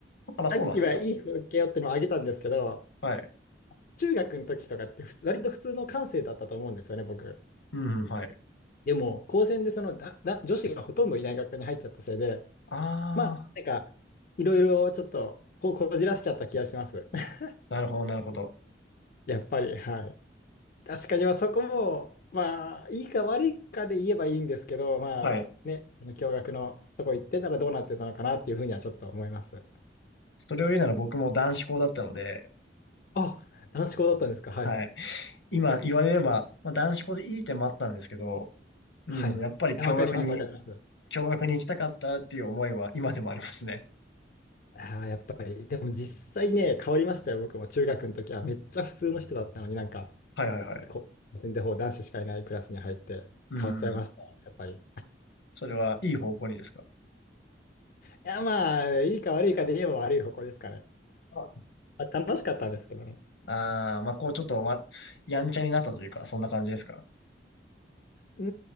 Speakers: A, on the left; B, on the left.
A: あら、
B: さっきはいい風景よってのを挙げたんですけど、
A: そうなんですかはい。
B: 中学の時とかって普通割と普通の感性だったと思うんですよね、僕。
A: うん、はい。
B: でも、高専でそのだだ女子がほとんどいない学科に入っちゃったせいで、
A: あ
B: まあ、なんか、いろいろちょっとこ、こじらしちゃった気がします。<laughs>
A: ー、なるほど、なるほど。
B: やっぱり、はい。確かに、まあそこも、まあ、いいか悪いかで言えばいいんですけど、まあね、
A: はい。
B: その共学のとこ行ってたらどうなってたのかなっていうふうにはちょっと思います。
A: それを言うなら僕も男子校だったので、
B: あ、男子校だったんですか。はい。
A: はい。今言われれば、まあ、男子校でいい点もあったんですけど、うん、
B: はい。いやわかります、
A: やっぱり共学に、
B: わかります。
A: 共学に行きたかったっていう思いは今でもありますね。
B: ああ、やっぱり、でも実際ね、変わりましたよ、僕も。中学の時はめっちゃ普通の人だったのになんか、
A: はいはいはい。
B: こう、で、ほう男子しかいないクラスに入って変わっちゃいました、
A: うん。
B: やっぱり。い
A: それはいい方向にですか
B: や、まあ、いいか悪いかで言えば悪い方向ですかね。
A: あ
B: まあ、楽しかったんですけどね。
A: あー、まあ、こうちょっとわ、やんちゃになったというか、そんな感じですか
B: う